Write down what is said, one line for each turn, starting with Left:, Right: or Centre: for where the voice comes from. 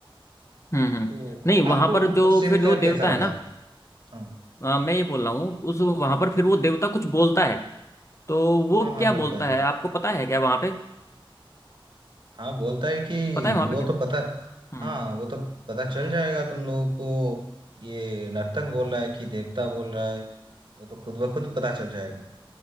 Left: हम्म हम्म।
Right: तो
Left: नहीं
Right: आपको
Left: वहां पर जो
Right: उस सीन
Left: फिर
Right: का
Left: वो
Right: कैसा
Left: देवता है
Right: लगा
Left: ना
Right: हाँ
Left: अ, मैं ये बोल रहा हूँ उस वहां पर फिर वो देवता कुछ बोलता है तो वो
Right: हाँ हाँ
Left: क्या
Right: बोलता
Left: बोलता
Right: है
Left: है आपको पता है क्या वहां पे
Right: हाँ बोलता है कि
Left: पता है वहां
Right: वो
Left: पे क्या
Right: तो पता
Left: हम्म।
Right: हाँ वो तो पता चल जाएगा तुम लोगों को ये नर्तक बोल रहा है कि देवता बोल रहा है वो तो खुद ब खुद पता चल जाएगा